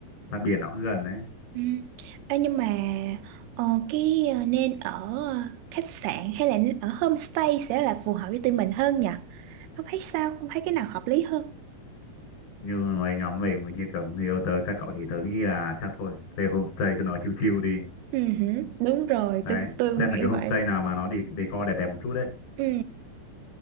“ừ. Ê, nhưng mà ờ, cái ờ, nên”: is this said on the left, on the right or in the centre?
Right